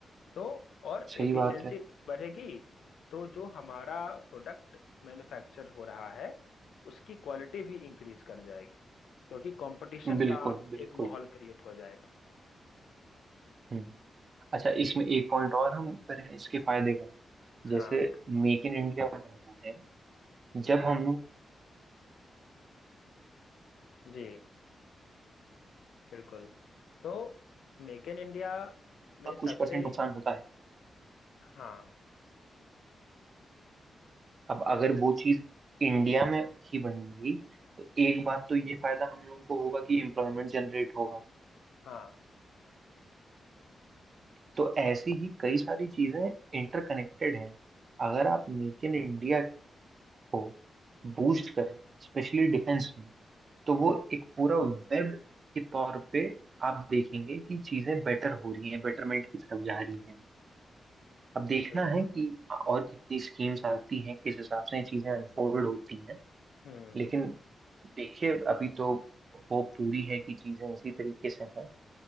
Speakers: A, on the left; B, on the right.
A: तो और
B: सही
A: एफिशिएंसी
B: बात है
A: बढ़ेगी तो जो हमारा प्रोडक्ट मैन्युफैक्चर हो रहा है उसकी क्वालिटी भी इंक्रीज कर जाएगी क्योंकि कंपटीशन
B: बिल्कुल
A: का
B: बिल्कुल
A: एक माहौल क्रिएट हो जाएगा
B: हम्म अच्छा इसमें एक पॉइंट और हम करें इसके फायदे का
A: हाँ
B: जैसे मेक इन इंडिया बन रहा है जब हम लोग
A: जी बिल्कुल तो मेक इन इंडिया में
B: का कुछ
A: सबसे
B: परसेंट नुकसान होता है
A: हाँ
B: अब अगर वो चीज इंडिया में ही बनेगी तो एक बात तो ये फायदा हम लोगों को होगा कि एम्प्लॉयमेंट जनरेट होगा
A: हाँ
B: तो ऐसी ही कई सारी चीजें इंटरकनेक्टेड हैं अगर आप मेक इन इंडिया को बूस्ट करें स्पेशली डिफेंस में तो
A: हम्म
B: वो एक पूरा वेब के तौर पे आप देखेंगे कि चीजें बेटर हो रही हैं बेटरमेंट की तरफ जा रही हैं अब देखना
A: बिल्कुल
B: है कि और कितनी स्कीम्स आती हैं किस हिसाब से ये चीजें अनफोल्ड होती हैं
A: हम्म
B: लेकिन देखिए अभी तो होप पूरी है कि चीजें इसी तरीके से हैं